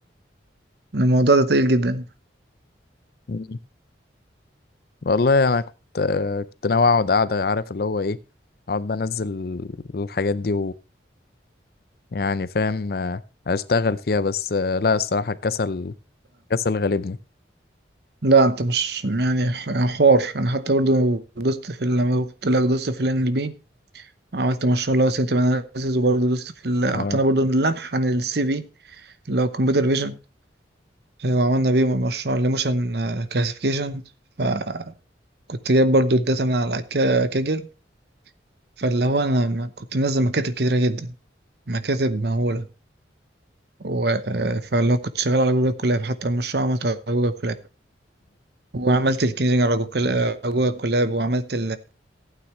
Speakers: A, on the right (about 55°); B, on the left (about 50°).
A: الموضوع ده تقيل جدا
B: مم. والله انا كنت آه، كنت ناوي اقعد قاعده عارف اللي هو ايه اقعد بنزل الحاجات دي ويعني فاهم آه، اشتغل فيها بس آه، لا الصراحه الكسل الكسل غالبني
A: لا انت مش يعني ح- حوار انا حتى برضو دوست في ال- لما قلت لك دوست في ال NLP عملت مشروع اللي هو سيمتوم اناليسيس وبرضه دوست في ال- اعطانا
B: اه
A: برضه لمح عن السي في اللي هو كمبيوتر فيجن آه، وعملنا بيه مشروع الايموشن كلاسيفيكيشن فكنت جايب برضه الداتا من على كا- كاجل فاللي هو انا م- كنت منزل مكاتب كتيرة جدا مكاتب مهولة و... آه، فاللي هو كنت شغال على جوجل كولاب حتى المشروع عملته على جوجل كولاب وعملت الكينجنج على جوجل آه، على جوجل كولاب وعملت